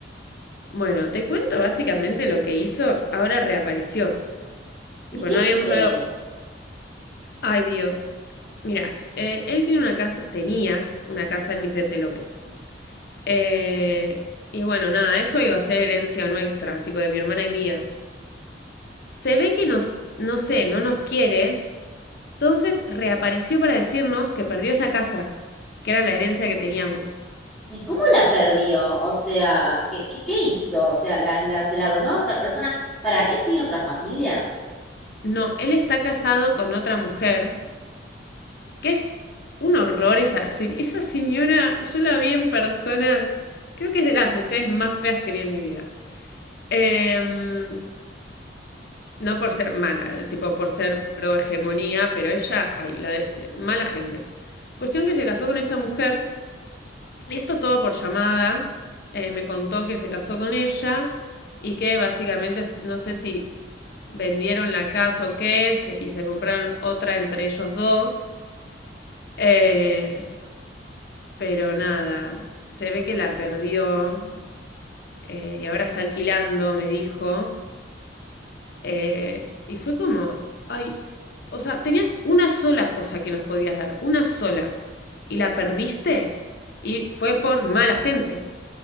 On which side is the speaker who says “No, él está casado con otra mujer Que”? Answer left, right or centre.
Left